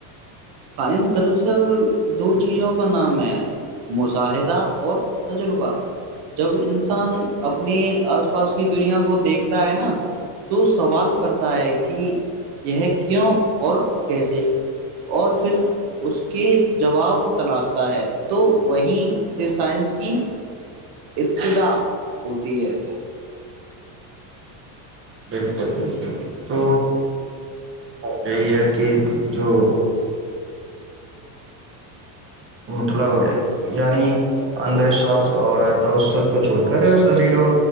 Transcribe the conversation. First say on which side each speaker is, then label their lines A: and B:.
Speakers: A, on the right (about 50°); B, on the right (about 25°).
A: سائنس دراصل دو چیزوں کا نام ہے مشاہدہ اور تجربہ جب انسان اپنے آس پاس کی دنیا کو دیکھتا ہے نا تو سوال کرتا ہے کہ یہ ہے کیوں اور کیسے اور پھر اس کی جواب تلاشتا ہے تو وہیں سے سائنس کی ابتدا ہوتی ہے
B: بالکل بالکل تو یہی ہے کہ جو مطلب یعنی اندھ وشواس اور تاسس کو چھوڑ کر دلیلوں